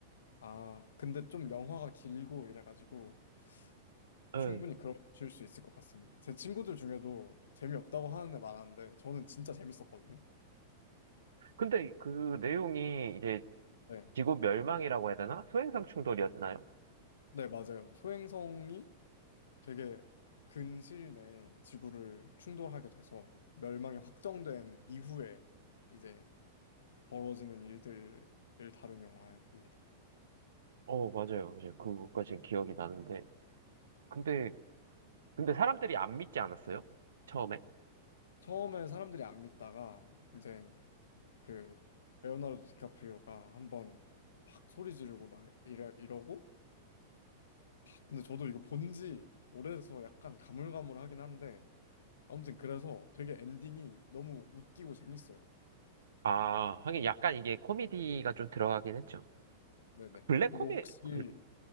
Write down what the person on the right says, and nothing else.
예.
근데 그 내용이 이제
지구 멸망이라고 해야 되나? 소행성 충돌이었나요?
어, 맞아요. 이제 그것까지
기억이 나는데. 근데, 근데 사람들이 안 믿지 않았어요? 처음에?
아, 하긴 약간 이게 코미디가 좀 들어가긴 했죠.
블랙
코미,
블...